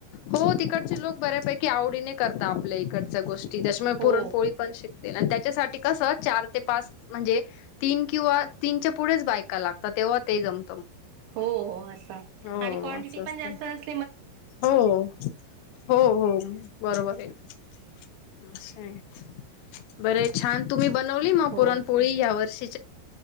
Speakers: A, on the left; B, on the right.
A: हो तिकडचे लोक बऱ्यापैकी आवडीने करता आपल्या इकडच्या गोष्टी त्याच्यामुळे
B: हो
A: पुरणपोळी पण शिकते, आणि त्याच्यासाठी कसं चार ते पाच म्हणजे तीन किंवा तीनच्या पुढेच बायका लागतात, तेव्हा ते जम
B: हो असं
A: हो
B: आणि क्वाटिटी
A: असं असतं
B: पण जास्त अस
A: हो हो हो बरोबर आहे. <unintelligible> बरे छान! तुम्ही, बनवली म
B: हो
A: पुरणपोळी या वर्षी.